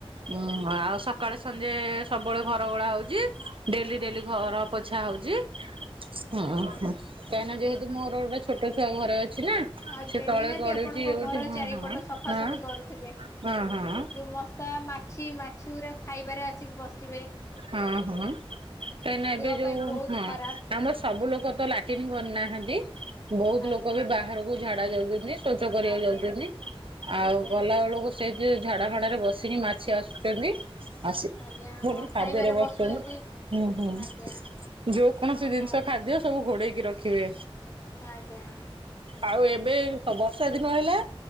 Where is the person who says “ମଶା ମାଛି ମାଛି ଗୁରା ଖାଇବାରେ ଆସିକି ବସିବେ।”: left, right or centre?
Left